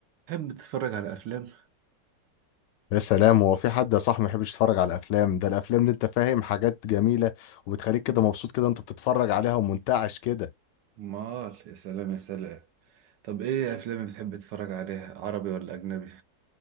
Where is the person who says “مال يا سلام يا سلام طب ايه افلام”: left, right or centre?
Right